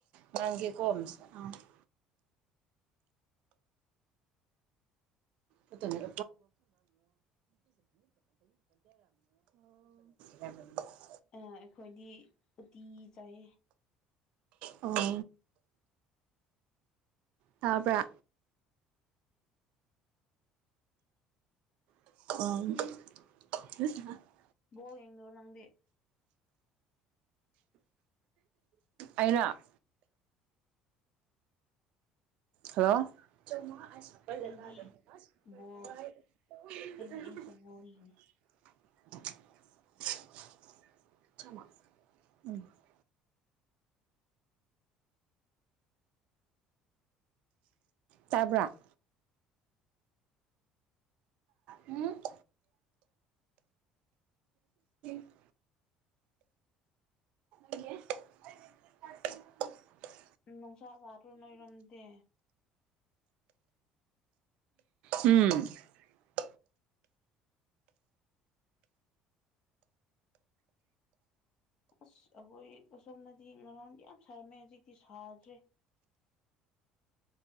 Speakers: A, on the right (about 60°); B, on the left (about 35°).
A: ꯃꯥꯡꯒꯦꯀꯣ ꯑꯃꯁꯁꯦ ꯑꯥ <inaudible> ꯔ ꯗꯦ ꯔꯝ <unintelligible> <inaudible> ꯎ <unintelligible> <inaudible>
B: ꯑꯩꯈꯣꯏꯗꯤ ꯎꯇꯤ ꯆꯥꯏ
A: ꯑꯣ <inaudible> ꯇꯥꯄ꯭ꯔ ꯑ <inaudible> <unintelligible>
B: ꯄꯦ ꯏꯣ ꯅꯪꯗꯤꯦ
A: ꯑꯩꯅ <inaudible> <unintelligible> ꯍꯜꯂꯣ ꯑꯁꯄꯂꯦꯗꯥꯔ
B: ꯑꯩꯗꯤ
A: <unintelligible>
B: ꯕꯣꯜ ꯑꯩꯗꯤ ꯑꯩꯁꯨ ꯕꯣꯜ ꯌꯦꯡꯉꯤ
A: <inaudible> ꯎꯝ <unintelligible> <inaudible> ꯇꯕ꯭ꯔ <inaudible> ꯎꯝ <unintelligible> <inaudible> ꯑꯩꯦ <unintelligible> <inaudible>
B: ꯅꯨꯡꯁꯥ ꯁꯥꯔꯨ ꯅꯣꯏꯔꯝꯗꯦ
A: ꯎꯝ <unintelligible> <inaudible>
B: ꯑꯁ ꯑꯩꯈꯣꯏ ꯑꯁꯣꯝꯅꯗꯤ ꯉꯔꯥꯡꯗꯤ ꯌꯥꯝ ꯁꯥꯔꯝꯃꯦ ꯍꯧꯖꯤꯛꯇꯤ ꯁꯥꯗ꯭ꯔꯦ